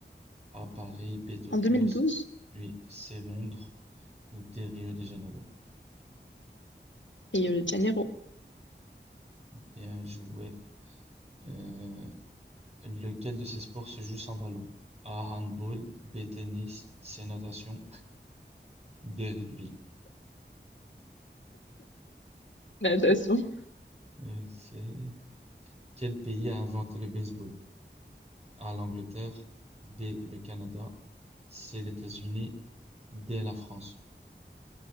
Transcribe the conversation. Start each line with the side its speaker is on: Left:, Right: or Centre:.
Right: A, Paris, B, Tokyo,
Left: En 2012.
Right: oui, C, Londres ou D, Rio de Janeiro.
Left: Rio de Janeiro.
Right: Bien joué. Euh, lequel de ces sports se joue sans ballon? A, handball, B, tennis, C, natation, D, rugby.
Left: Natation.
Right: Ok. Quel pays a inventé le baseball? A l'Angleterre, B le Canada, C les États-Unis, D la France.